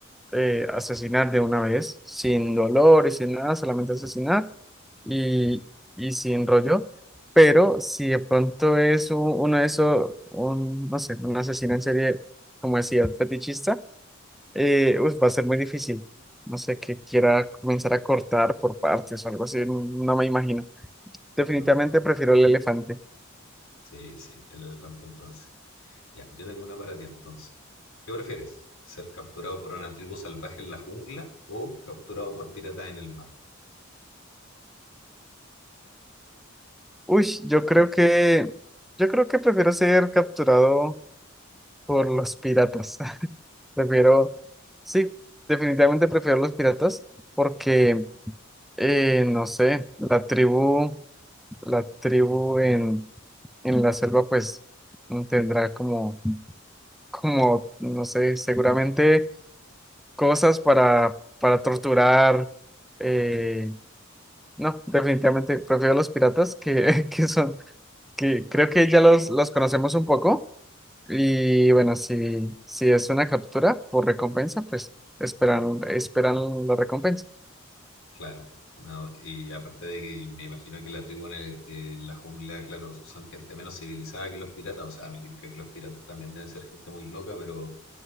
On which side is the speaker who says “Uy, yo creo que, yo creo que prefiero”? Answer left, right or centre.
Centre